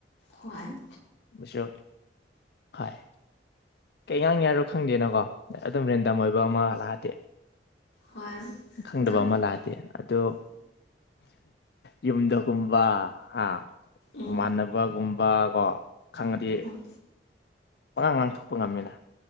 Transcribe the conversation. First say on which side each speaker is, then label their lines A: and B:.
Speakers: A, on the left; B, on the left.
A: ꯍꯨꯋꯥꯥꯏꯝ
B: ꯃꯨꯁꯤꯌꯣ ꯍꯥꯏ ꯀꯩꯉꯥꯡꯅꯤꯉꯥꯏꯔꯣ ꯈꯪꯗꯦꯅꯀꯣ ꯑꯗꯨꯝ ꯔꯦꯟꯗꯝ ꯑꯣꯏꯕ ꯑꯃ ꯂꯥꯛꯑꯗꯤ
A: ꯍꯣꯏ
B: ꯈꯪꯗꯕ
A: ꯑꯗꯣ
B: ꯑꯃ ꯂꯥꯑꯗꯤ ꯑꯗꯣ ꯌꯨꯝꯗꯀꯨꯝꯕꯥ ꯍꯥ
A: ꯎꯝ
B: ꯃꯃꯥꯟꯅ ꯕꯒꯨꯝꯕ ꯀꯣ ꯈꯪꯉꯗꯤ
A: ꯍꯣꯏ
B: ꯄꯉꯥꯡ ꯉꯥꯡꯊꯣꯛꯄ ꯉꯝꯃꯤꯅ